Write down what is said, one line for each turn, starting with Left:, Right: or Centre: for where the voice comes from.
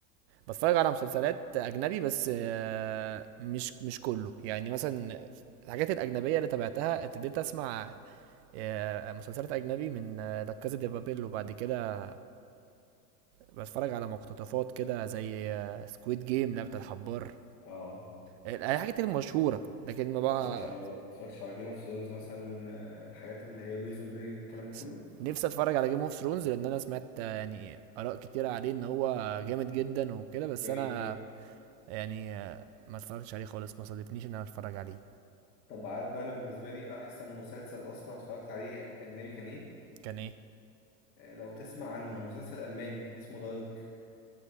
Right: بتفرج على مسلسلات اجنبي بس آه، مش مش كله يعني مثلا الحاجات الاجنبيه اللي تابعتها ابتديت اسمع آه، مسلسلات اجنبي من لا كازا دي بابيل وبعد كده بتفرج على مقتطفات كده زي سكويد جيم لعبة الحبار
Left: اه
Right: الحاجات المشهورة لكن ما بقى
Left: ما اتفرجتش على ما اتفرجتش على جيم اوف ثرونز مثلا آه، الحاجات اللي هي بريزون بريك الكلام ده
Right: س-
Left: كله
Right: نفسي اتفرج على جيم اوف ثرونز لان انا سمعت آه، يعني اراء كتيرة عليه ان هو جامد جدا وكده
Left: طب
Right: بس
Left: جميل
Right: انا
Left: فعلا
Right: آه، يعني آه، ما اتفرجتش عليه خالص ما صادفنيش ان انا اتفرج عليه
Left: طب عارف بقى انا بالنسبه لي احسن مسلسل اصلا اتفرجت عليه اجنبي كان ايه
Right: كان ايه
Left: آه، لو تسمع عنه هو مسلسل الماني اسمه دارك